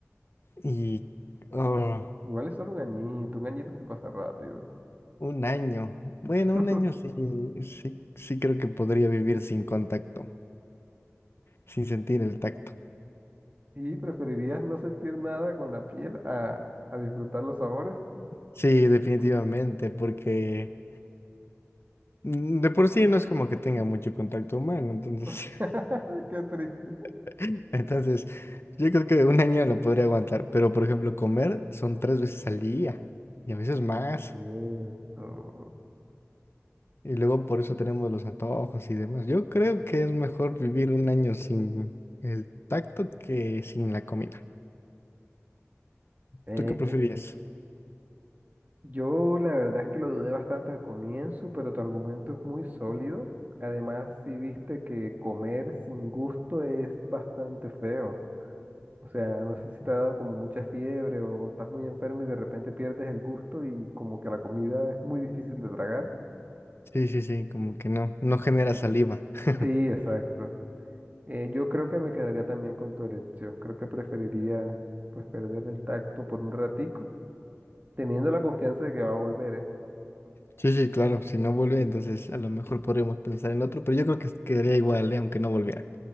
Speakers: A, on the left; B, on the right.
A: Y... oh.
B: Igual es solo un añito, un añito se pasa rápido.
A: Un año.
B: <laughs>
A: Bueno, un año sí, sí, sí creo que podría vivir sin contacto, sin sentir el tacto.
B: ¿Y preferirías no sentir nada con la piel a, a disfrutar los sabores?
A: Sí, definitivamente, porque mm, de por sí no es como que tenga mucho contacto humano, entonces,
B: <laughs> Qué triste.
A: <laughs> entonces yo creo que un año lo podría aguantar, pero por ejemplo, comer son tres veces al día y a veces
B: Es
A: más,
B: cierto.
A: y luego por eso tenemos los antojos y demás. Yo creo que es mejor vivir un año sin el tacto que sin la comida.
B: Eh,
A: ¿Tú qué preferirías?
B: eh, Yo la verdad es que lo dudé bastante al comienzo, pero tu argumento es muy sólido. Además, si viste que comer sin gusto es bastante feo. O sea, no sé si te ha dado como mucha fiebre o, o estás muy enfermo y de repente pierdes el gusto y como que la comida es muy difícil de tragar.
A: Sí, sí, sí, como que no, no genera saliva. <laughs>
B: Sí, exacto. Eh, yo creo que me quedaría también con tu elección. Creo que preferiría pues perder el tacto por un ratico, teniendo la confianza de que va a volver, ¿eh?
A: Sí, sí, claro, si no vuelve, entonces a lo mejor podríamos pensar en otro, pero yo creo que quedaría igual, ¿eh? Aunque no volviera.